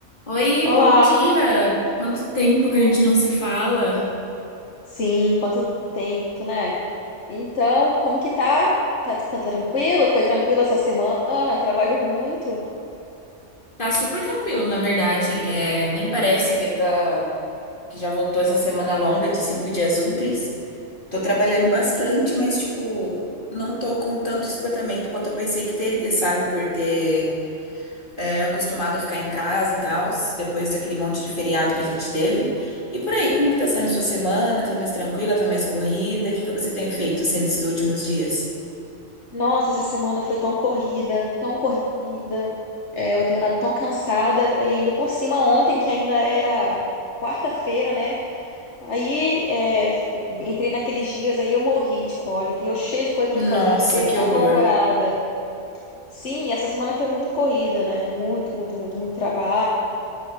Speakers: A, on the left; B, on the left.
A: Oi,
B: Olá,
A: bom dia! Quanto tempo que a
B: bom
A: gente não
B: dia.
A: se fala?
B: Sim, quanto tempo, né? Então, como que tá? Tá, tá tranquilo? Foi tranquilo essa semana? Trabalho muito.
A: Tá super tranquilo, na verdade. É, nem parece que tá, que já voltou essa semana longa de cinco dias úteis. Tô trabalhando bastante, mas tipo, não tô com tanto esgotamento quanto eu pensei que teria, sabe? Por ter é, acostumado a ficar em casa e tal, depois daquele monte de feriado que a gente teve. E por aí, como que tá sendo sua semana? Tá mais tranquila? Tá mais corrida? O que que você tem feito assim nesses últimos dias?
B: Nossa, essa semana foi tão corrida, tão corrida. É, eu tenho andado tão cansada. E ainda por cima, ontem, que ainda era quarta-feira, né? Aí, é, f- entrei naqueles dias, aí eu morri de cólica. e Eu cheia de coisa
A: Nossa,
B: pra fazer, eu fiquei
A: que
B: apavorada.
A: horror!
B: Sim, essa semana foi muito corrida, né? Muito, muito, muito, muito trabalho.